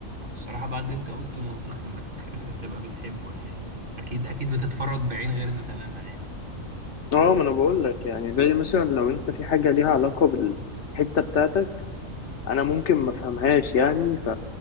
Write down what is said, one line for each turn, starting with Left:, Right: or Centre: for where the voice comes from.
Right: الصراحة بعد اللي انت قلته منطقي انك <laughs> تبقى بتحبه يعني اكيد اكيد بتتفرج بعين غيرنا تماما يعني
Left: اه ما انا بقول لك يعني زي مثلا لو انت في حاجة ليها علاقة بالحتة بتاعتك انا ممكن ما افهمهاش يعني ف...